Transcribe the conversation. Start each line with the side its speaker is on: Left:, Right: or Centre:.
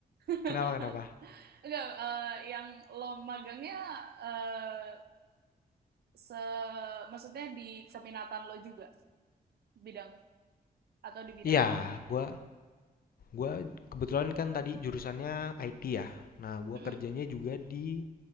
Right: <laughs>
Left: kenapa kenapa
Right: Enggak, eh, yang lo magangnya eh se maksudnya di keminatan lo juga bidang atau di bidang
Left: iya
Right: apa?
Left: gue gue kebetulan kan tadi jurusannya IT ya nah gue
Right: Mm-mm.
Left: kerjanya juga di